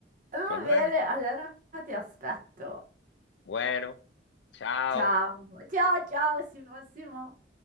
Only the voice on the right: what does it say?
Va
bene, allora ti aspetto.
Ciao. Ciao, ciao, Simo, Simo.